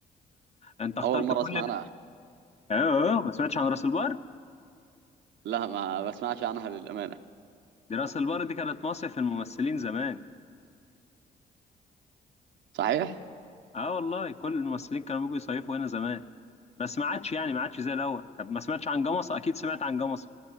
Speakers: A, on the left (about 35°); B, on the right (about 75°).
A: انت اخترت
B: اول مره
A: كل
B: اسمع عنها
A: ده؟ اه آه، ما سمعتش عن راس البر
B: لا ما بسمعش عنها للامانه
A: دي راس البر دي كانت مصيف الممثلين زمان
B: صحيح
A: اه والله كل الممثلين كانوا بيجوا يصيفوا هنا زمان بس ما عادش يعني ما عادش زي الاول طب ما سمعتش عن جمصة اكيد سمعت عن جمصة